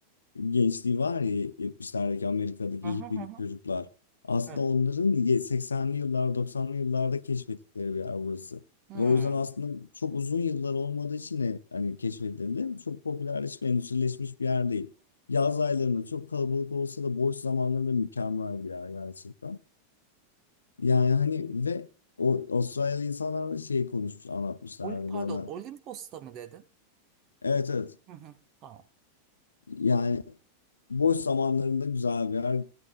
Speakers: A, on the left (about 75°); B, on the right (about 35°).
A: gençliği var ya 70'lerdeki Amerika'daki
B: Hı hı
A: hippie
B: hı. hı.
A: çocuklar. Aslında
B: Evet.
A: onların ye- 80'li yıllar 90'lı yıllarda keşfettikleri bir yer burası.
B: Hmm.
A: Ve o yüzden aslında çok uzun yıllar olmadığı için de hani keşfedildi. Çok popülerleşmiş, endüstrileşmiş bir yer değil. Yaz aylarında çok kalabalık olsa da boş zamanlarında mükemmel bir yer gerçekten. Yani hani ve o Avustralyalı insanlar da şey konuşmuş, anlatmışlardı
B: Olim, pardon,
A: bana.
B: Olimpos'ta mı dedin?
A: Evet evet.
B: Hı hı. Tamam.
A: yani boş zamanlarında güzel bir yer.